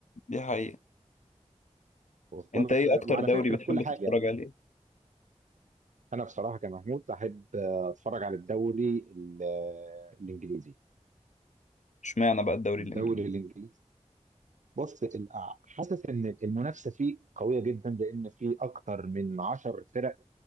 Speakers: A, on the left; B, on the right.
A: دي حقيقة
B: واصل
A: أنت
B: لك
A: ايه
B: آه،
A: أكتر
B: وعلى
A: دوري
B: فكره
A: بتحب
B: في كل حاجه
A: تتفرج
B: يعني
A: عليه؟
B: انا بصراحه كمحمود احب آه، اتفرج على الدوري ال- آه، الانجليزي
A: اشمعنى بقى الدوري
B: الدوري
A: الإنجليزي؟
B: الانجليزي بص ال- آه، حاسس ان المنافسه فيه قويه جدا لان في اكتر من 10 فرق